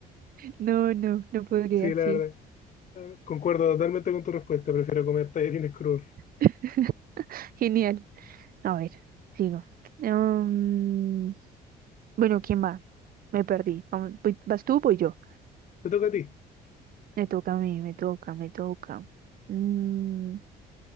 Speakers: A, on the right; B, on the left.
A: no, no, no podría,
B: Sí, la
A: sí.
B: verdad. Concuerdo totalmente con tu respuesta, prefiero comer tallarines crudos.
A: <laughs> Genial. A ver, sigo. Mm, bueno, ¿quién va? Me perdí. Vamos, voy- ¿Vas tú o voy yo?
B: Te toca a ti.
A: Me toca a mí, me toca, me toca. Mm,